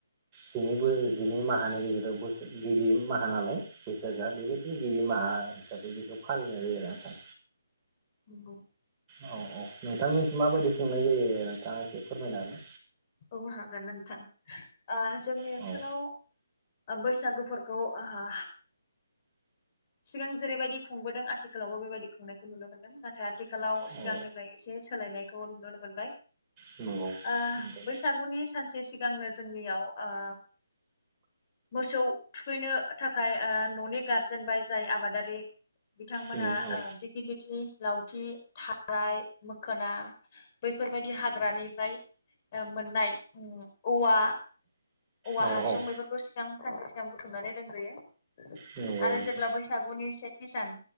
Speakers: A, on the right; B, on the left.
A: जिनैबो जिनै माह माहानि गेजेराव बोसोर गिबि माहा नालाय बैसागआ बेबायदिनो गिबि माहा हिसाबै बेखौ फालिनाय जायो आरो नोंथां।
B: नंगौ नों
A: औ औ नोंथांमोनथिं माबायदि खुंनाय जायो नोंथाङा एसे फोरमायनो हागोना?
B: औ हागोन नोंथां ओ जोंनि ओनसोलाव
A: हागोन
B: ओ बैसागो फोर खौ आ हा सिगां जेरैबायदि खुंबोदों आथिखालावबो बेबायदि खुंनायखौ नुनो मोनदों नाथाय आथि खालाव
A: ना?
B: सिगांनिफ्राय
A: औ
B: एसे सोलायनायखौ नुनो मोनबाय
A: नंगौ
B: ओ
A: नंगौ
B: बैसागुनि सानसे सिगांनो जोंनियाव ओ मोसौ थुखैनो थाखाय ओ न'नि गारजेनबाय जाय आबादारि बिथांमोनहा
A: उम औ
B: ओ दिगिलिथि लावथि थाराइ मोखोना बैफोरबायदि हाग्रानिफ्राय मोननाय ओ उम औवा औवा
A: औ
B: हासुं
A: औ
B: बेफोरखौ सिगां सानसे सि सिगां‌ बुथुमनानै दोनग्रोयो।
A: नंगौ
B: आरो
A: नंगौ
B: जेब्ला बैसागुनि से थि सान